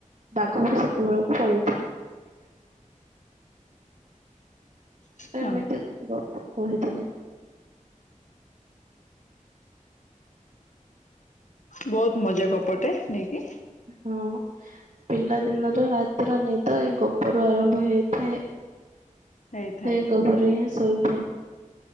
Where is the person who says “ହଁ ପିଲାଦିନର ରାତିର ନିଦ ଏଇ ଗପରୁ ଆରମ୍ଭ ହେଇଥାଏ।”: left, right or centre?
Right